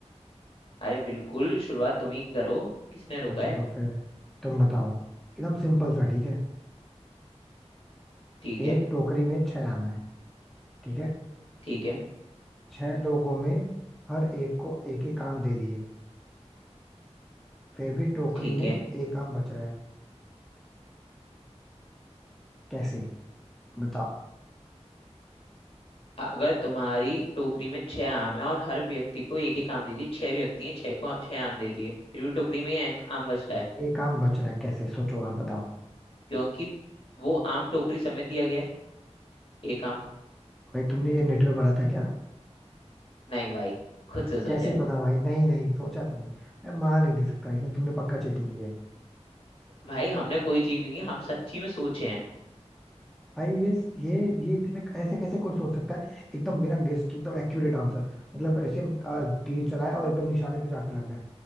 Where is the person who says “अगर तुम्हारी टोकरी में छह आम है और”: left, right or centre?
Left